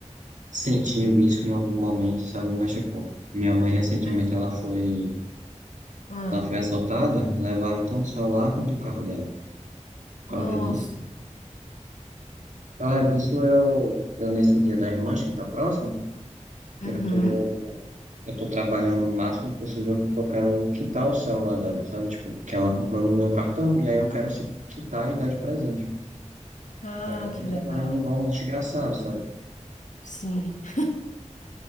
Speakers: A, on the right (about 80°); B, on the left (about 85°).
A: sentiu isso em algum momento, sabe? Mas, tipo, minha mãe recentemente
B: Mas,
A: ela foi,
B: ah,
A: ela foi assaltada, levaram tanto o celular quanto o carro dela. Por
B: nossa.
A: causa disso. Por causa disso, eu, eu nesse dia das mães que tá próximo,
B: Uhum.
A: eu tô, eu tô trabalhando o máximo possível porque eu quero quitar o celular dela, sabe? Tipo, que ela comprou no meu cartão e aí eu quero se quitar e dar de presente.
B: Ah,
A: Aí eu tô
B: que
A: trabalhando
B: legal.
A: igual um desgraçado, sabe?
B: Sim. <laughs>